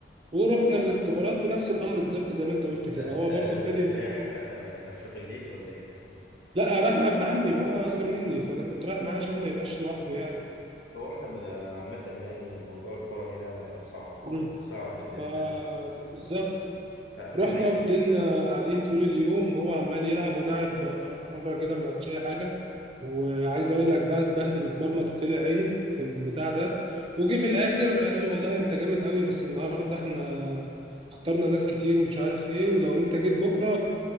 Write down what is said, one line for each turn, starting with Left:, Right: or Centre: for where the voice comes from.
Right: ورحنا الاختبارات ونفس الامر بالظبط زي ما انت قلت
Left: انت
Right: كده
Left: انت
Right: هو برضه
Left: انت
Right: فضل
Left: كنت رايح ت- ترشيخ الليف ولا ايه
Right: لا رايح مع ابن عمي ما هو اصغر مني فانا كنت رايح معاه عشان ما يبقاش لوحده يعني
Left: هو احنا ب- عامة يعني موضوع الكرة هنا صعب
Right: مم.
Left: والصعب ان انت
Right: فبالظبط
Left: ت- محتاج
Right: رحنا فضلنا قاعدين طول اليوم هو عمال يلعب وانا قاعد بره كده ما بعملش اي حاجه وعايز اقول لك بقى اتبهدل واتمرمط وطلع عينه في البتاع ده وجه في الاخر قال له والله انت جامد قوي بس النهارده احنا اخترنا ناس كتير ومش عارف ايه ولو انت جيت بكره